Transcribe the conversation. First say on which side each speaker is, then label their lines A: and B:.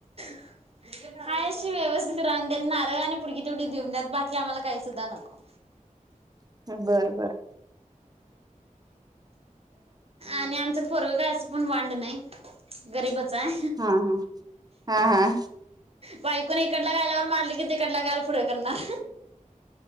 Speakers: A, on the right; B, on the right.
A: हाय आशि व्यवस्थित राहुंदेत नारळ आणि पोरगी तेवढी दिवूनद्यात बाकी आम्हाला काही सुद्धा नको.
B: बर बर
A: आणि आमचं पोरगं काय असं पण वांड नाही. गरीबच हाय.
B: हा हा हा हा
A: बायकोन इकडल्या गाल्यावर मार तीकडला गाल पुढ करणार